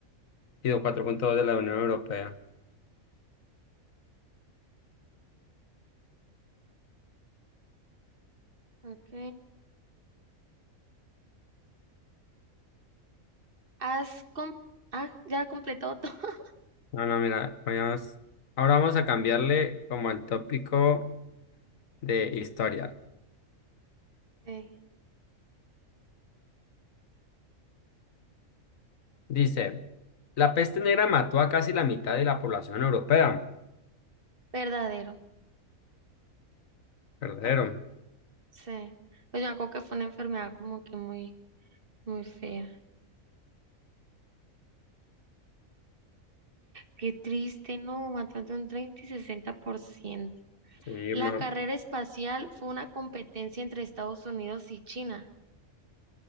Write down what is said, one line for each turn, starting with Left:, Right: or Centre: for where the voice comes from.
Left: y de 4.2 de la Unión Europea.
Right: Ok, has com- ah, ya completado todo. <laughs>
Left: No, no, mira, vayamos- ahora vamos a cambiarle como el tópico de historia.
Right: Ok,
Left: Dice, la peste negra mató a casi la mitad de la población europea.
Right: Verdadero,
Left: Verdadero.
Right: sí. Pues yo me acuerdo que fue una enfermedad como que muy, muy fea. Qué triste, no, mató entre un 30 y 60%.
Left: Sí,
Right: La
Left: ma.
Right: carrera espacial fue una competencia entre Estados Unidos y China.